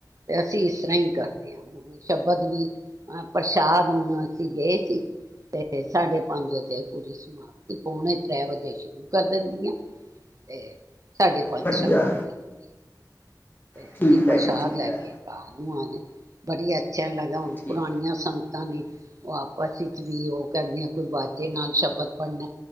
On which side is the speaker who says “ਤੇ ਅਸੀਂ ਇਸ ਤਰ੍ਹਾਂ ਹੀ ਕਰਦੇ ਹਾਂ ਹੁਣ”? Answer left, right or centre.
Right